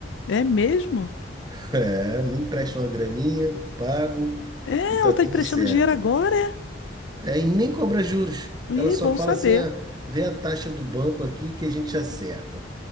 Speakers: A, on the left; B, on the right.
A: É mesmo?
B: É, me empresta uma graninha, pago.
A: É,
B: e tá
A: ela tá
B: tudo
A: emprestando
B: certo.
A: dinheiro agora, é?
B: É, e nem cobra juros.
A: Ih,
B: Ela só
A: bom
B: fala
A: saber.
B: assim, ah, vê a taxa do banco aqui que a gente acerta.